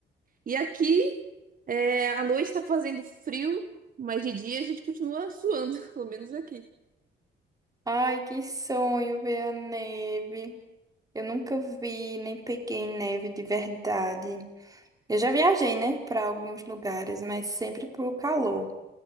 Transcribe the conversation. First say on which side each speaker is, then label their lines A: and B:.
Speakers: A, on the right; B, on the right.
A: E aqui, é, à noite tá fazendo frio, mas de dia a gente continua suando, <laughs> pelo menos aqui.
B: Ai, que sonho ver a neve. Eu nunca vi, nem peguei neve de verdade. Eu já viajei, né, pra alguns lugares, mas sempre pro calor,